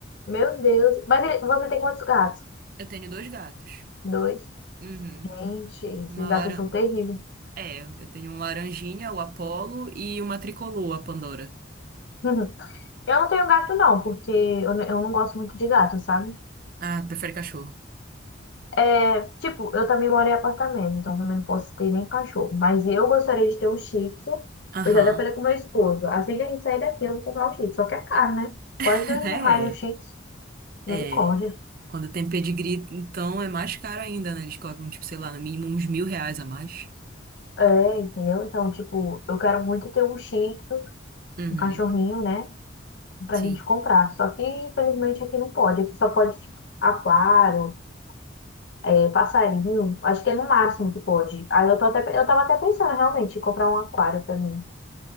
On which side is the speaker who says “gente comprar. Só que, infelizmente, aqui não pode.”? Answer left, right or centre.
Left